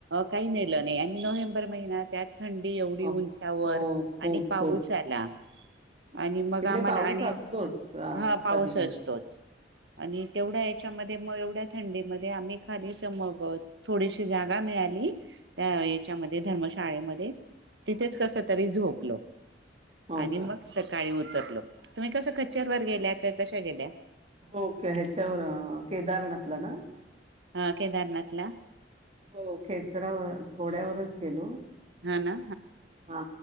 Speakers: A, on the right; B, on the right.
A: काही नेलं नाही, आणि नोव्हेंबर महिना त्यात थंडी एवढी
B: हो
A: उंचावर
B: हो खूप
A: आणि पाऊस
B: खूप
A: आला
B: बापरे.
A: आणि मग
B: तिकडे
A: आम्हाला
B: पाऊस
A: आणि
B: असतोच अ,
A: हा पाऊस
B: कधीही
A: असतोच. आणि तेवढ्या याच्यामध्ये मग एवढ्या थंडीमध्ये आम्ही खालीच मग थोडीशी जागा मिळाली त्या याच्यामध्ये धर्मशाळा शाळेमध्ये तिथेच कस तरी झोप लो.
B: हो
A: आणि
B: का
A: मग सकाळी उ तरलो तुम्ही कसं खेचर वर गेल्या कशा गेल्या
B: हो ते ह्याच्यावर केदारनाथला ना?
A: हा केदारनाथ ला
B: हो खेचरावर घोड्यावरच गेलो.
A: हा ना
B: हा